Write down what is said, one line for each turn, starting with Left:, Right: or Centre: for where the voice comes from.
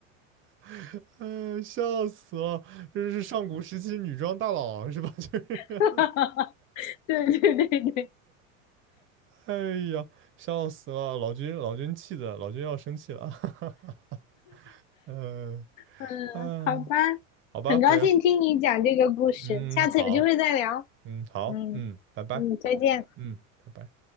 Right: <laughs> 哎，笑死了！这是上古时期女装大佬是吧？<laughs> 就是
Left: <laughs> 对对对对，
Right: 哎呀，笑死了！老君，老君气的，老君要生气了。<laughs> 哈哈嗯、
Left: 嗯，
Right: 呃，啊，
Left: 好吧，
Right: 好吧，
Left: 很高兴听你讲这个故事，
Right: 飞人，嗯，
Left: 下次有机会再聊。
Right: 好，嗯，好，
Left: 嗯。
Right: 嗯，拜拜，
Left: 嗯，再见。
Right: 嗯，拜拜。